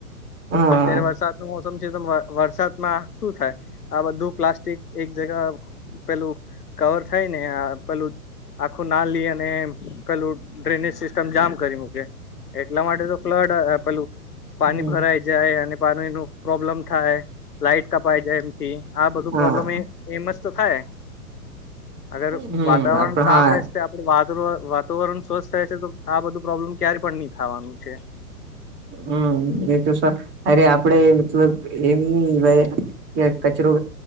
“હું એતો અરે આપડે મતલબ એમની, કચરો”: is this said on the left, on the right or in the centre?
Right